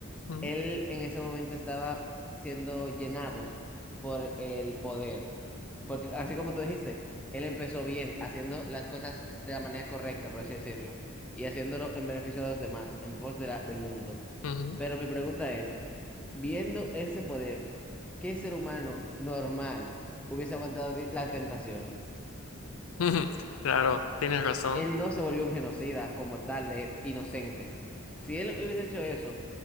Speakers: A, on the left; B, in the centre.
A: Mm,
B: Él en ese momento estaba siendo llenado por el poder. Porque así como tú dijiste, él empezó bien, haciendo las cosas de la manera correcta, por así decirlo, y haciéndolo en beneficio de los demás, en pos de la- del mundo.
A: ujú.
B: Pero mi pregunta es. Viendo ese poder, ¿qué ser humano normal hubiese aguantado di- la tentación?
A: <laughs> Claro, tienes razón,
B: Él no se volvió un genocida como tal de inocentes. Si él hubiese hecho eso,